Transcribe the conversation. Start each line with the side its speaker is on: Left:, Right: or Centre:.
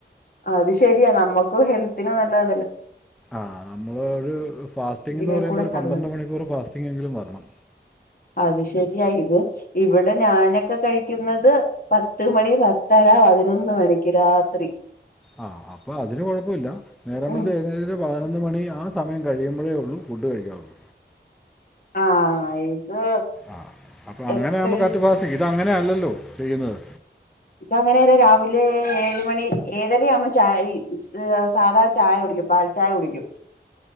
Left: അത് ശരിയാ നമ്മുക്കും ഹെൽത്തിന് നല്ലതല്ലേ
Centre: ആഹ് നമ്മൾ ഒരു ഫാസ്റ്റിംഗ്
Left: ഇതിലെ
Centre: എന്ന് പറയുമ്പോൾ
Left: കൂടെ
Centre: ഒരു
Left: കള്ള്
Centre: പന്ത്രണ്ട് മണിക്കൂർ ഫാസ്റ്റിംങ്ങെങ്കിലും വരണം
Left: അത് ശരിയായി ഇത് ഇവിടെ ഞാനൊക്കെ കഴിക്കുന്നത് പത്ത് മണി പത്തര പതിനൊന്ന് മണിക്ക് രാത്രി
Centre: ആഹ് അപ്പൊ അതിന് കുഴപ്പം ഇല്ല നേരം
Left: ഉം
Centre: വെൾത്ത് എഴുന്നേറ്റ് ഒരു പതിനൊന്ന് മണി ആ സമയം കഴിയുമ്പോഴേ ഉള്ളൂ ഫുഡ് കഴിക്കുകയുള്ളൂ
Left: ആഹ ഇത്
Centre: ആഹ് അപ്പൊ അങ്ങനെ
Left: എപ്പഴും
Centre: ആകുമ്പ കറക്റ്റ് ഫാസ്റ്റിങ് ഇത് അങ്ങനെയല്ലല്ലോ ചെയ്യുന്നത്
Left: ഇത് അങ്ങനെല്ല രാവിലെ ഏഴ് മണി ഏഴര ആവുമ്പോ ചായ് ഇത് സാധാ ചായ കുടിക്കും പാൽ ചായ കുടിക്കും